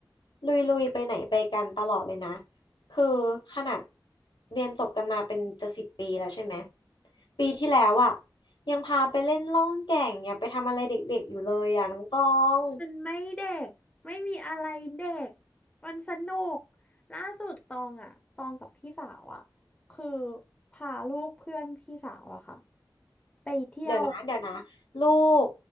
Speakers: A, on the left (about 85°); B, on the left (about 15°).
A: ลุยๆไปไหนไปกันตลอดเลยนะคือขนาดเรียนจบกันมาเป็นจะสิบปีแล้วใช่ไหมปีที่แล้วอ่ะยังพาไปเล่นล่องแก่งเนี่ยไปทำอะไรเด็กๆอยู่เลยอ่ะน้องตอง
B: มันไม่เด็กไม่มีอะไรเด็กมันสนุกล่าสุดตองอ่ะตองกับพี่สาวอ่ะคือพาลูกเพื่อนพี่สาวอะค่ะไปเที่ยว
A: เดี๋ยวนะเดี๋ยวนะลูก